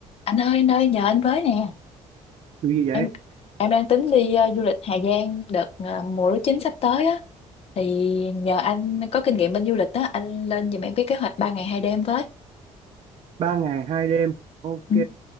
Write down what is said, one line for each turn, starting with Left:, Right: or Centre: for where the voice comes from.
Left: anh ơi anh ơi nhờ anh với nè
Right: Điều gì vậy?
Left: em em đang tính đi ờ, du lịch Hà Giang đợt ờ, mùa lúa chín sắp tới á thì nhờ anh có kinh nghiệm bên du lịch á anh lên giùm em cái kế hoạch 3 ngày hai đêm với
Right: Ba ngày hai đêm. Ok.
Left: Ừ.